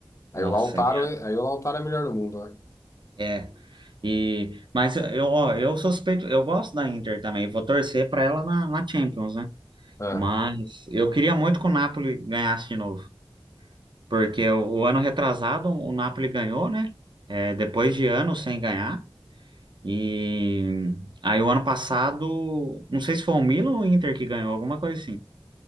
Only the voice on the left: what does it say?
Aí
o Lautaro,
é- aí o Lautaro é melhor do mundo, né?
Ah.